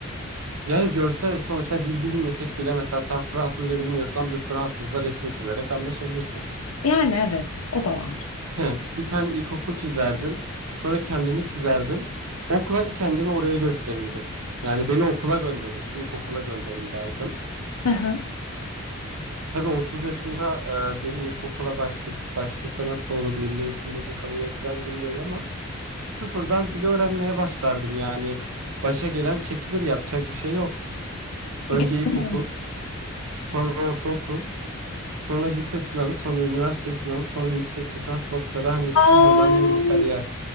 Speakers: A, on the right; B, on the left.
A: Yani görsel sonuçta dil bilmesek bile mesela sen Fransızca bilmiyorsan bir Fransızla resim çizerek anlaşabilirsin.
B: Yani evet, o da var.
A: He, bir tane ilkokul çizerdim. Sonra kendimi çizerdim. Okula kendimi oraya gösterirdim. Yani beni okula gönderin, ilkokula gönderin derdim.
B: Hı hı.
A: Tabii 30 yaşında e, biri ilkokula başla, başlasa nasıl olur? Milli eğitim bunu kabul eder mi bilmiyorum ama sıfırdan dili öğrenmeye başlardım. Yani başa gelen çekilir yapacak bir şey yok.
B: Gördüm.
A: Önce ilkokul, sonra ortaokul, sonra lise sınavı, sonra üniversite sınavı, sonra yüksek lisans doktora hani
B: Ay,
A: sıfırdan yeni bir kariyer.